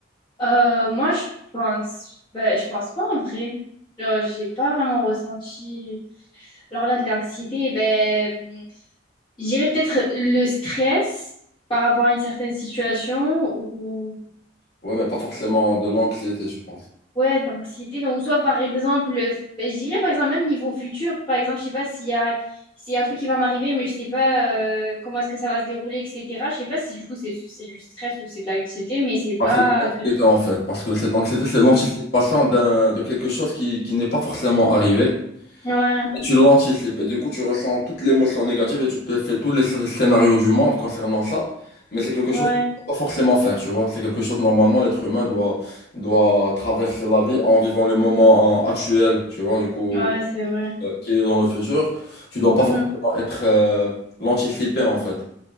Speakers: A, on the left; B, on the left.
A: Euh, moi, je pense, ben, je pense pas en vrai. Genre, j'ai pas vraiment ressenti. Alors là, de l'anxiété, ben, j'irais peut-être le stress par rapport à une certaine situation ou
B: Ouais, mais pas forcément de l'anxiété, je pense.
A: ouais, de l'anxiété. Donc, soit par exemple, le f- ben, je dirais par exemple même niveau futur, par exemple, je sais pas s'il y a s'il y a un truc qui va m'arriver, mais je sais pas euh, comment est-ce que ça va se dérouler, etc. Je sais pas si du coup c'est c'est du stress ou c'est de l'anxiété, mais c'est pas.
B: Ah, c'est de l'anxiété
A: gr-
B: en fait, parce que cette anxiété, c'est l'anticipation
A: Mm.
B: d'un, de quelque chose qui, qui n'est pas forcément arrivé.
A: Ouais,
B: Et tu l'anticipes, et du coup, tu ressens toute l'émotion négative et tu te fais tous les sc- scénarios du monde concernant ça. Mais c'est quelque
A: ouais,
B: chose que tu ne peux pas forcément faire, tu vois. C'est quelque chose, normalement, l'être humain doit, doit traverser la vie en vivant le moment en- actuel, tu vois, du coup,
A: ouais, c'est vrai.
B: euh, qui est dans le futur. Tu dois pas
A: Mm-hmm.
B: forcément être euh, l'anticiper en fait.